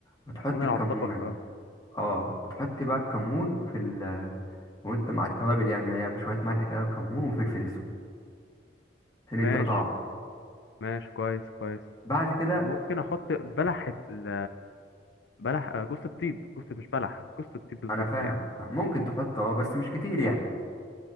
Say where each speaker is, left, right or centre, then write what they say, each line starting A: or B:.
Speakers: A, on the left (about 20°); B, on the left (about 85°).
A: وتحط
B: حيوان العطار
A: الكمون عليه
B: اه
A: اه وتحط بقى الكمون في ال وانت مع التوابل يعني هي شوية ملح كده وكمون وفلفل اسود عشان يديها
B: ماشي
A: طعم
B: ماشي كويس كويس
A: بعد كده
B: طب ممكن احط بلح ال بلح آه، جوز الطيب جوز مش بلح جوز الطيب بالظبط
A: انا فاهمك
B: يعني
A: ممكن تحط اه بس مش كتير يعني